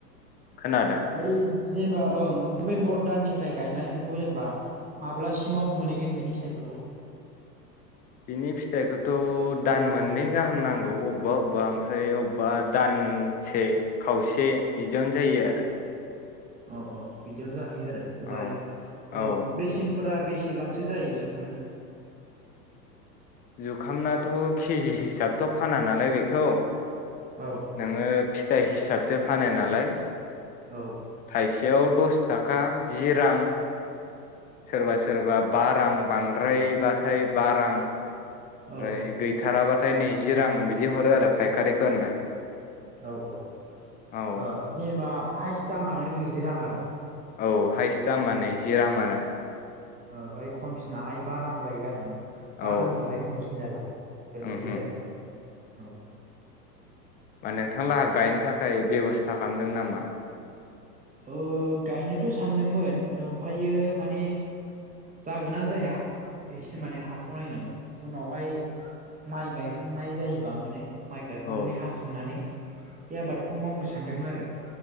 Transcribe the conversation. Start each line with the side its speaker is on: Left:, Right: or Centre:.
Left: खोनादों
Right: बाय जेनबा ओं नभेम्बर दाननि फ्राय गायनानै बेखौ जेनेबा माब्लासिमाव मोनहैगोन बेनि फिसायफोरखौ?
Left: बिनि फिथाइखौथ' दान मोननै गाहाम नांगौ अबेबा अबेबा ओमफ्राय अबेबा दानसे खावसे बिदियावनो जायो आरो।
Right: औ औ बिदियाव जाहैयो आ रो
Left: आरो
Right: आमफाय ओ
Left: औ
Right: बेसेन फोरा बेसेबांसो जायो जुखामना?
Left: जुखामनाथ' केजि हिसाबथ' फाना नालाय बेखौ,
Right: औ
Left: नोङो फिथाइ हिसाब सो फानो नालाय।
Right: औ।
Left: थायसेयाव दस ताखा जि रां सोरबा सोरबा बा रां बांद्रायबाथाय बा रां फ्राय
Right: औ
Left: गैथाराबा थाय नैजि रां बिदि हरो आरो फायखारिफोरनो।
Right: औ औ ओ
Left: औ
Right: जेनेबा हाइस्ट दामानो नैजि रां आरो।
Left: औ हायस्ट दामानो नैजिराम आरो।
Right: ओमफाय खमसिनाहाय बा रां जाहैबाय आरो माने। बा
Left: औ
Right: रांनिफ्राय खमसिन जाला बेफोरबायदि
Left: ओमहो
Right: आरो, औ।
Left: मा नोंथां लाहा गायनो थाखाय बेब'स्था खालामदों नामा?
Right: ओ गायनोथ' सानदोंमोन ओमफायो माने जागोना जाया बेसो माने हाखौ नायनानै उनावहाय माइ गायखांनाय जायोबा माने माइ गाखांनानै
Left: औ
Right: हाखांनानै बे आबादखौ मावनो सा सान्दोंमोन आरो